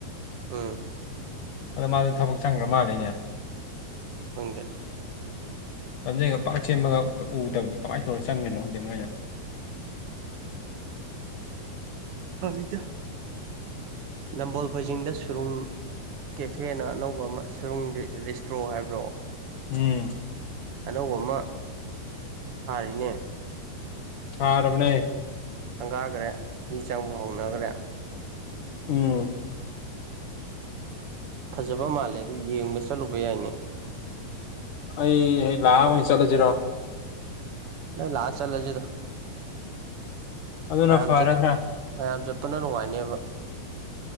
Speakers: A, on the right; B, on the left.
A: ꯑꯥ
B: ꯑꯗꯣ ꯃꯥꯁꯨ ꯊꯕꯛ ꯆꯪꯈ꯭ꯔ ꯃꯥꯜꯂꯤꯅꯦ
A: ꯐꯪꯗꯦ
B: ꯑꯗꯨꯒ ꯄꯥꯛ ꯁꯦꯝꯕꯒ ꯎꯗꯕꯅꯤ ꯀꯃꯥꯏꯅ ꯇꯧꯅ ꯆꯪꯗꯅꯣ ꯍꯧꯪꯖꯤꯦ ꯃꯣꯏꯅ
A: ꯍ ꯏꯗ ꯅꯝꯕꯣꯜ ꯐꯩꯖꯤꯡꯗ ꯁꯨꯔꯨꯡ ꯀꯦꯐꯦꯅ ꯑꯅꯧꯕ ꯑꯃ ꯁꯨꯔꯨꯡ ꯔꯦꯁꯇ꯭ꯔꯣ ꯍꯥꯏꯕ꯭ꯔꯣ
B: ꯎꯝ
A: ꯑꯅꯧꯕ ꯑꯃ ꯁꯥꯔꯤꯅꯦ
B: ꯊꯔꯕꯅꯦ
A: ꯁꯪꯒꯥꯈ꯭ꯔꯦ ꯃꯤ ꯆꯪꯕ ꯍꯧꯅꯈ꯭ꯔꯦ
B: ꯎꯝ
A: ꯐꯖꯕ ꯃꯥꯜꯂꯦ ꯑꯗꯨ ꯌꯦꯡꯕ ꯆꯠꯂꯨꯕ ꯌꯥꯏꯅꯦ
B: ꯑꯩ ꯍ ꯂꯥꯛꯑ ꯑꯣꯏꯅ ꯆꯠꯂꯁꯤꯔꯣ
A: ꯅ ꯂꯥꯁ ꯆꯂꯁꯤꯦꯗ
B: ꯑꯗꯨꯅ
A: ꯃꯆ
B: ꯐꯔꯗ꯭ꯔꯥ
A: ꯃꯌꯥꯝ ꯆꯠꯄꯅ ꯅꯨꯡꯉꯥꯏꯅꯦꯕ